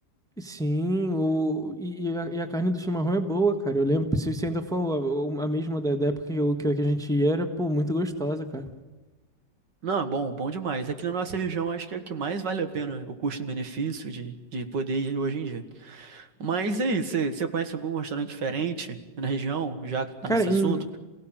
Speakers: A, in the centre; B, on the right (about 75°).
A: Sim, o, e, e a, e a carne do chimarrão é boa, cara. Eu lembro, se, se ainda for a, a mesma da, da época que, eu- que a gente ia, era, pô, muito gostosa, cara.
B: Não, é bom, bom demais. Aqui na nossa região, acho que é o que mais vale a pena o custo-benefício de, de poder ir hoje em dia. Mas e aí, você você conhece algum restaurante diferente na região, já que tá
A: Cara,
B: nesse
A: em,
B: assunto?